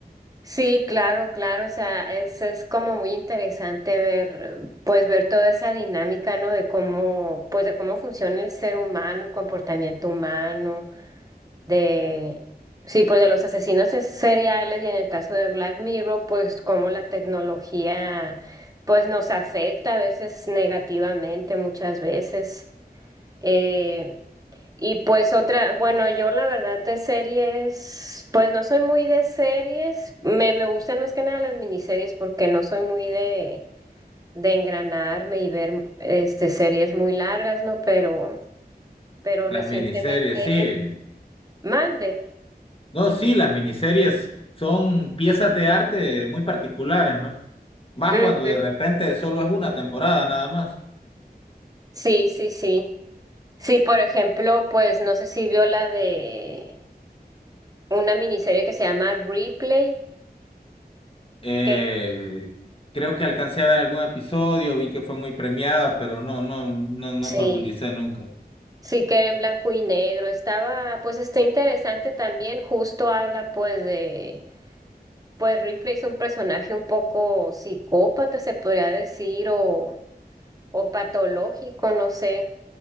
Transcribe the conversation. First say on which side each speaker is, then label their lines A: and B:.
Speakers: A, on the right; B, on the left.
A: sí, claro, claro, o sea, es, es como muy interesante ver, pues ver toda esa dinámica, ¿no? De cómo, pues de cómo funciona el ser humano, el comportamiento humano, de, sí, pues de los asesinos es- seriales y en el caso de Black Mirror, pues cómo la tecnología, pues nos afecta a veces negativamente, muchas veces. Eh, Y pues otra, bueno, yo la verdad de series, pues no soy muy de series, me, me gustan más que nada las miniseries porque no soy muy de, de engranarme y ver este series muy largas, ¿no? Pero, pero
B: Las
A: recientemente
B: miniseries, sí.
A: mande.
B: No, sí, las miniseries son piezas de arte muy particulares, ¿no? Más
A: Ujú.
B: cuando de repente solo es una temporada nada más.
A: Sí, sí, sí. Sí, por ejemplo, pues no sé si vio la de una miniserie que se llama Replay,
B: Eh,
A: que
B: creo que alcancé a ver algún episodio, vi que fue muy premiada, pero no, no, no, no
A: sí.
B: profundicé nunca.
A: Sí, que era en blanco y negro. Estaba, pues está interesante también. Justo habla pues de, pues Ripley es un personaje un poco psicópata, se podría decir, o, o patológico, no sé.